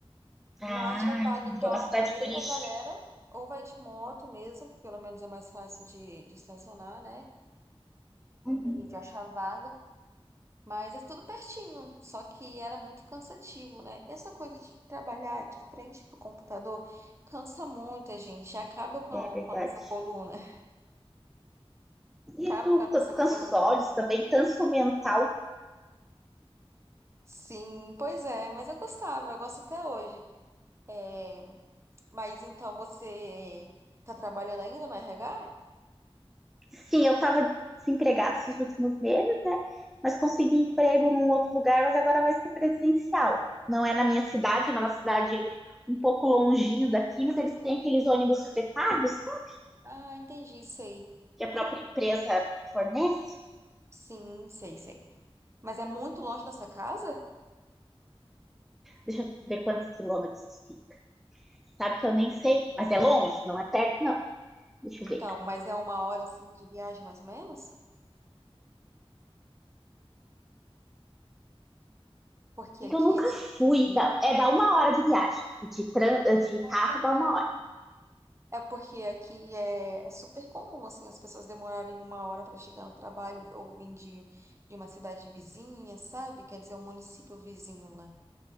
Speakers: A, in the centre; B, on the right.
A: Ah,
B: Não é só
A: entendi.
B: então
A: É uma cidade
B: a maioria
A: turística.
B: da galera ou vai de moto mesmo, pelo menos é mais fácil de, de estacionar, né?
A: Uhum,
B: E de achar vaga. Mas é tudo pertinho, só que era muito cansativo, né? Essa coisa de trabalhar de frente pro computador cansa muito a gente, acaba com
A: é
B: a,
A: verdade.
B: com a nossa coluna. <laughs> Acaba
A: E tu,
B: com a
A: tu
B: nossa
A: cansa
B: coluna.
A: os olhos também, cansa o mental
B: Sim, pois é, mas eu gostava, eu gosto até hoje. É, mas então você tá trabalhando ainda no RH?
A: Sim, eu estava desempregada esses últimos meses, né? Mas consegui emprego num outro lugar, mas agora vai ser presencial. Não é na minha cidade, não é uma cidade um pouco longinho daqui, mas eles têm aqueles ônibus fretados, sabe?
B: Ah, entendi, sei.
A: Que a própria empresa fornece.
B: Sim, sei, sei. Mas é muito longe dessa casa?
A: Deixa eu ver quantos quilômetros fica. Sabe que eu nem sei, mas é longe, não é perto, não. Deixa
B: Então,
A: eu ver.
B: mas é uma hora assim de viagem mais ou menos? Porque
A: É
B: aqui
A: que eu nunca
B: é super
A: fui. Dá, é, dá uma hora de viagem. De, tran, de carro
B: tranquilo.
A: dá uma hora.
B: É porque aqui é, é super comum assim as pessoas demorarem uma hora para chegar no trabalho ou vir de, de uma cidade vizinha, sabe? Quer dizer, um município vizinho, né?